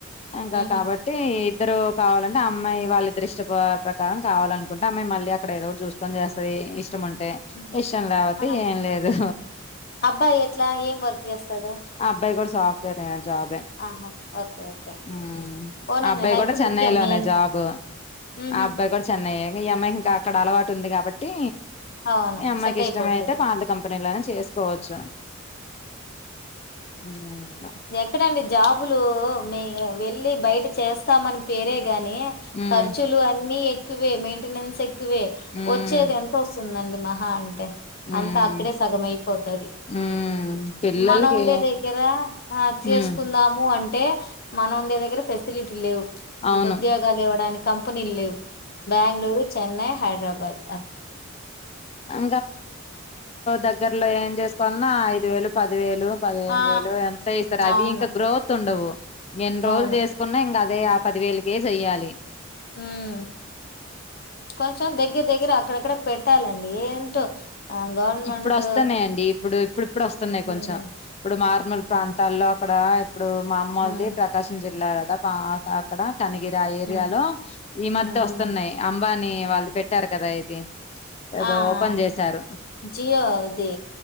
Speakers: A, on the left (about 30°); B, on the left (about 50°).
A: ఇంకా
B: హుహు.
A: కాబట్టి ఇద్దరు కావాలంటే ఆ అమ్మాయి వాళ్ళ ఇద్దరి ఇష్ట ప్రకారం కావాలంట రేమ్రే మళ్ళీ అక్కడ ఏదో చూకొనిస్తస్తుది ఇష్టం ఉంట
B: హుహు.
A: ఇష్టం లేకపోతే
B: ఆహా!
A: ఏం లేదు
B: అబ్బాయి ఎట్లా? ఏం వర్క్ చేస్తాడు?
A: ఆ అబ్బాయి గు సాఫ్టేరే జాబే
B: ఆహా! ఓకే. ఓకే.
A: ఉమ్
B: పోనీలే
A: ఆ అబ్బాయి
B: హెల్త్
A: కూడా చెన్నై
B: ముఖ్యం
A: లోనే
B: మెయిను.
A: జాబు
B: హుహు.
A: ఆ అబ్బాయి కూడా చెన్నై ఏ ఈ అమ్మాయి ఇంకా అక్కడ అలవాటు ఉంది కాబట్టి
B: అవును.
A: ఈ అమ్మాయికి
B: సెట్
A: ఇష్టమైతే
B: అయిపోతది.
A: పాత కంపెనీలోనే చేసుకోవచ్చు వినా
B: ఎక్కడంండి జాబులు మే వెళ్ళి బయట చేస్తామని పేరే గాని
A: ఉమ్
B: ఖర్చులు అన్ని ఎ క్కువేమి టెనెన్స్ ఎక్కువే
A: ఉమ్
B: వచ్చేది ఎంత వస్తుందండి మహా అంటే
A: ఉమ్
B: అంతా అక్కడే సగం ఐపోతాది
A: ఉమ్ పిల్లలకి
B: మనం ఉండే దగ్గర చేసుకుందాము
A: ఉమ్
B: అంటే మనం ఉండే దగ్గర ఫెసిలిటీ లేవు
A: అవును
B: ఉద్యోగాలు ఇవ్వడాని ప్పు నీళ్ళు లేవు బ్యాంగుళూరు చెన్నై హైడ్రాబాద్
A: ఊ దగ్గరలో ఏం చేసుకోవాలన్నా ఐదు వేలు పది వేలు పదిహేను
B: ఆ
A: వేలు ఎంత ఇస్తారు అవి
B: అవును
A: ఇంకా గ్రోత్ ఉండవు ఎన్ని రోజులు
B: అవును
A: చేసుకున్నా ఇంక అదే ఆ పదివేలకే చెయ్యాలి
B: హమ్ కొంచెం దగ్గర దగ్గర అక్కడక్కడ పెట్టాలండి ఏంటో ఆ గవర్నమెంట్
A: ఇప్పుడు వస్తున్నాయిండి ఇప్పుడు ఇప్పుడు ఇప్పుడు వస్తున్నాయి కొంచెం
B: ఉమ్
A: ఇప్పుడు మారుమూలు ప్రాంతాల్లో
B: ఆ,
A: అక్కడ ఇప్పుడు మా అమ్మోలది
B: ఉమ్
A: ప్రకాశం జి ఇలా కదా పా ఆ అక్కడ కనగిరి ఆ ఏరియాలో
B: ఉమ్
A: ఈ
B: ఉమ్
A: మధ్య వస్తున్నాయి
B: ఉమ్.
A: అంబా అని వాళ్ళు పెట్టారు కదా ఇది
B: ఆ
A: ఏదో
B: ఆ,
A: ఓపెన్ చేసారు
B: జియో ది